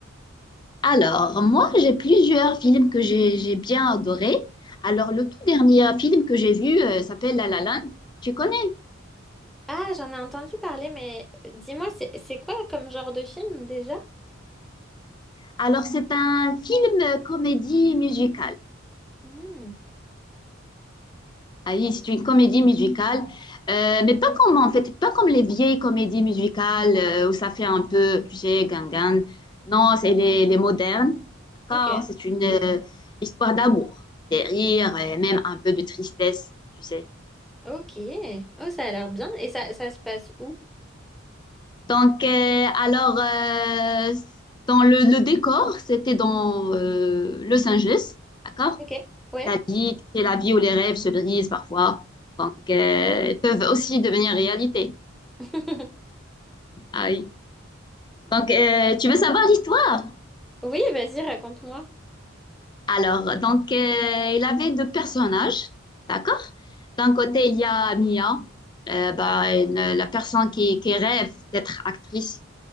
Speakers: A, on the left; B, in the centre.
A: alors, moi, j'ai plusieurs films que j'ai j'ai bien adorés. Alors, le tout dernier film que j'ai vu euh, s'appelle La La Land. Tu connais?
B: Ah, j'en ai entendu parler, mais euh, dis-moi, c'est c'est quoi comme genre de film déjà?
A: Alors, c'est un film euh, comédie musicale.
B: Hmm,
A: Ah oui, c'est une comédie musicale, euh, mais pas comme en fait, pas comme les vieilles comédies musicales euh, où ça fait un peu, tu sais, gangan. Non, c'est les, les modernes,
B: ok,
A: d'accord? C'est une euh, histoire d'amour, des rires et même un peu de tristesse, tu sais.
B: ok. Oh, ça a l'air bien. Et ça, ça se passe où?
A: Donc, euh, alors, euh, dans le, le décor, c'était dans euh, Los Angeles, d'accord?
B: Ok, ouais.
A: La vie, tu sais, la vie où les rêves se brisent parfois, donc euh, ils peuvent aussi devenir réalité.
B: <laughs>
A: Ah oui. Donc, euh, tu veux savoir l'histoire?
B: Oui, vas-y, raconte-moi.
A: Alors, donc, euh, il avait deux personnages, d'accord? D'un côté, il y a Mia, euh, bah, une- la personne qui, qui rêve d'être actrice